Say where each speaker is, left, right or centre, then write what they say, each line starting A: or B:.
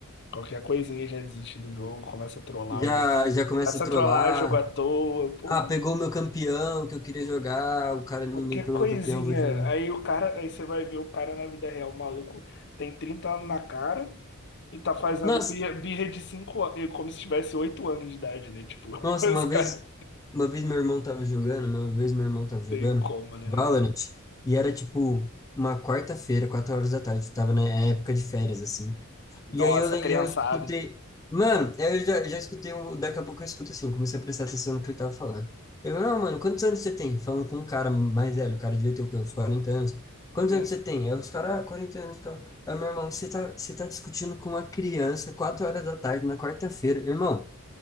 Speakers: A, on the left; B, on the left.
A: qualquer coisinha já desiste do jogo, começa a trollar
B: Já,
A: o jogo.
B: já começa
A: Começa
B: a trollar.
A: a trollar o jogo à toa, pô,
B: Ah, pegou o meu campeão que eu queria jogar. O cara inimigo
A: qualquer
B: pegou
A: coisinha.
B: meu campeão, vou jogar.
A: Aí o cara, aí você vai ver o cara na vida real, o maluco tem 30 anos na cara e tá fazendo
B: Nossa,
A: birra, birra de 5 anos, como se tivesse 8 anos de idade, né? Tipo,
B: nossa,
A: <laughs>
B: uma
A: os caras
B: vez, uma vez meu irmão tava jogando, né? uma vez meu irmão tava jogando
A: tem como, né,
B: Valorant,
A: velho?
B: e era tipo uma quarta-feira, quatro horas da tarde, tava na época de férias, assim.
A: Nossa,
B: E aí eu, le-
A: criançada.
B: eu escutei. Mano, eu já, já escutei. um- Daqui a pouco eu escuto assim, comecei a prestar atenção no que ele tava falando. Ele falou, não, mano, quantos anos você tem? Falando com um cara mais velho, o cara devia ter o quê? Uns 40 anos. Quantos
A: né?
B: anos você tem? Aí os caras, ah, 40 anos, cara. Aí, meu irmão, você tá, você tá discutindo com uma criança, 4 horas da tarde, na quarta-feira. Irmão,